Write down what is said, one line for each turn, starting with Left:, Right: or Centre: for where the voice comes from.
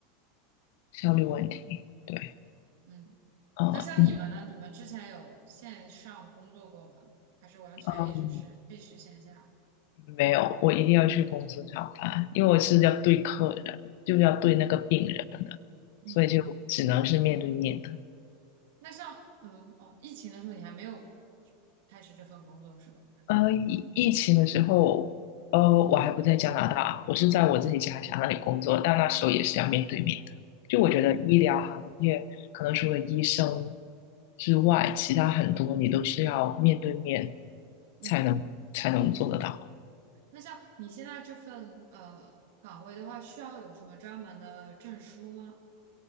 Left: 效率问题，对，
Right: 嗯，
Left: 嗯，
Right: 那像你们呢？你们之前有线上工作过吗？还是完全一直是必须线下？
Left: 嗯没有，我一定要去公司上班，因为我是要对客人，就是要对那个病人的，
Right: 嗯，
Left: 所以就只能是面对面的。
Right: 那像嗯哦，疫情的时候你还没有开始这份工作是吧？
Left: 呃，疫疫情的时候，呃，我还不在加拿大，我是在我自己家乡那里工作，但那时候也是要面对面的。就我觉得医疗行业，
Right: 嗯。
Left: 可能除了医生之外，其他很多你都是要面对面
Right: 嗯，
Left: 才能才能做得到。
Right: 那像你现在这份呃岗位的话，需要有什么专门的证书吗？